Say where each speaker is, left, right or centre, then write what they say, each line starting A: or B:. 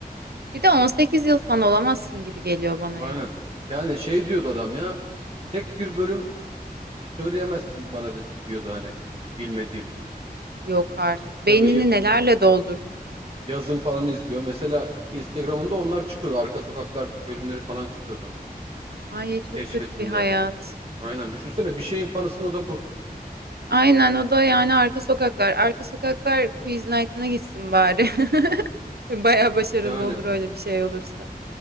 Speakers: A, on the right; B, on the right.
A: Bir de 18 yıl fan olamazsın gibi geliyor bana
B: Aynen.
A: ya.
B: Yani şey diyordu adam ya. Tek bir bölüm söyleyemezsin bana de- diyordu hani. Bilmediğim.
A: Yok artık. Beynini
B: Tabii y-
A: nelerle doldurmuş.
B: yazın falan izliyor. Mesela Instagram'ında onlar çıkıyordu. Arka Sokaklar bölümleri falan çıkıyordu.
A: Ay çok
B: keşfetinde.
A: kötü bir hayat.
B: Aynen. Düşünsene bir şeyin fanısın o da bu.
A: Aynen o da yani arka sokaklar. Arka sokaklar quiz night'ına gitsin bari. <laughs> Baya başarılı
B: Yani
A: olur öyle bir şey olursa.